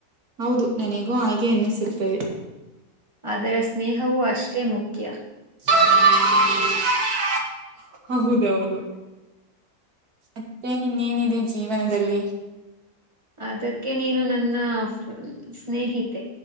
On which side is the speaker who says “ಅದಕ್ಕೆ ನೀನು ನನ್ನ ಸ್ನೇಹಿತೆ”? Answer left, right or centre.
Right